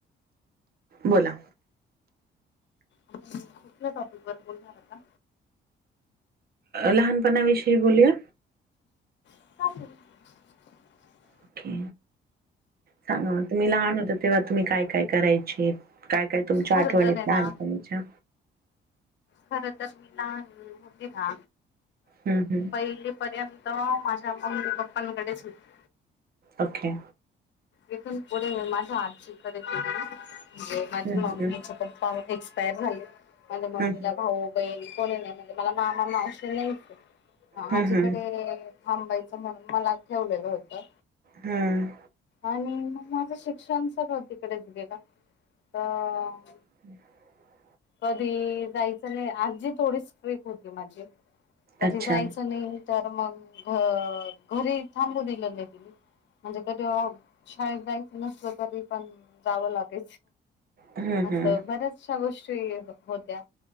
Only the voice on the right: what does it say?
बोला
लहानपणा विषयी बोलूया
ओके. सांगा म तुम्ही लहान होता तेव्हा तुम्ही काय काय करायचे. काय काय तुमच्या
आठवणीत
लहानपणीच्या
हम्म हम्म
ओके
हम्म
हम्म
हम्म
हम्म
हम्म
हम्म.
<unintelligible>
अच्छा.
हम्म
हम्म